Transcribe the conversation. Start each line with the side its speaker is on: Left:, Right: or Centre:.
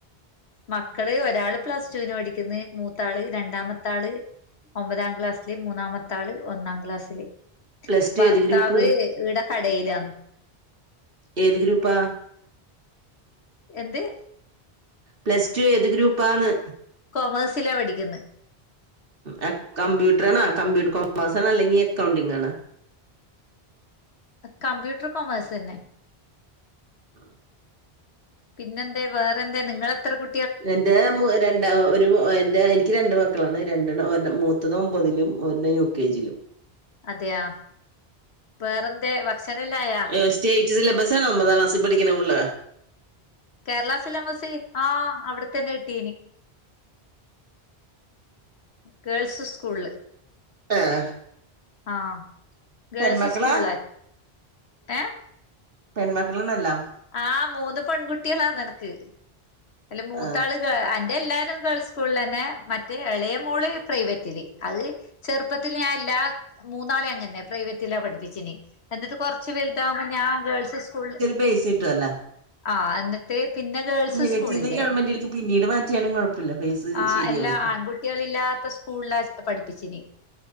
Left: മക്കള് ഒരാള് പ്ലസ് ടുവിന് പഠിക്കുന്ന് മൂത്താള് രണ്ടാമത്താള് ഒമ്പതാം ക്ലാസ്സില് മൂന്നാമത്തെ ആള് ഒന്നാം ക്ലാസ്സില്.
Right: പ്ലസ് ടു
Left: ഭർത്താവ്
Right: ഏത് ഗ്രൂപ്പ്
Left: ഇവ്ടെ കടയിലാണ്.
Right: ഏത് ഗ്രൂപ്പാ
Left: എന്ത്?
Right: പ്ലസ് ടു ഏത് ഗ്രൂപ്പാന്ന്
Left: കോമേഴ്സിലാ പഠിക്കുന്ന്.
Right: ഉം കമ്പ്യൂട്ടർ ആണ കമ്പ്യൂട്ടർ കോമേഴസ്സണ അല്ലെങ്കിൽ എക്കൗണ്ടിംഗ് ആണ
Left: കമ്പ്യൂട്ടർ കോമേഴ്സ്ന്നെ
Right: ആഹ്
Left: പിന്നെന്തേ വേറെന്തേ നിങ്ങെളെത്ര കു
Right: ഞാൻ എന്റെ മു രണ്ട ഒരു എൻ്റെ എനിക്ക് രണ്ട് മക്കളാണ് രണ്ടണം ഒരെ മൂത്തത് ഒമ്പതിലും ഒരെണ്ണം യു കെ ജിലും
Left: അതെയ വേറെന്തേ ഭക്ഷണെല്ലായാ?
Right: ഏഹ് സ്റ്റേറ്റ് സിലബസാണ ഒമ്പതാം ക്ലാസ്സിൽ പഠിക്കണ പുള്ള.
Left: കേരള സിലംബസ് ആഹ് അവിടെത്തന്നെ കിട്ടീന് ഗേൾസ് സ്കൂൾല്
Right: ആഹ്
Left: ആഹ് ഗേൾസ്
Right: പെൺമക്കളാ
Left: സ്കൂളില ഏഹ്
Right: പെൺമക്കളണെല്ലാം
Left: ആഹ് മൂന്ന് പെൺകുട്ടികളാന്ന് എനക്ക് അയില് മൂത്താള്
Right: ആ
Left: അന്റെ എല്ലാരും ഗേൾസ് സ്കൂളിലെന്നെ മറ്റേ ഇളയ മോള് പ്രൈവറ്റില് അത് ചെറുപ്പത്തിൽ ഞാൻ എല്ലാ മൂന്നാളെ അങ്ങനെന്നെ പ്രൈവറ്റിലാ പഠിപ്പിച്ചിന് എന്നിട്ട് കൊറച്ച് വലുതാവകുമ്പോ ഞാൻ ഗേൾസ് സ്കൂളില്
Right: ബേയ്സിട്ടോല്ലോ?
Left: ആ എന്നിട്ട് പിന്നെ ഗേൾസ്
Right: പ്രൈവറ്റിന്ന്
Left: സ്കൂളില്ലെ
Right: ഗവൺമെന്റിലേക്ക് പിന്നീട് മാറ്റിയാലും കുഴപ്പമില്ല ഫേസ്
Left: ആ
Right: ശരിയാവും
Left: അല്ലാ
Right: അപ്പൊ
Left: ആൺകുട്ടികളില്ലാത്ത സ്കൂളിലാ പഠിപ്പിച്ചിന്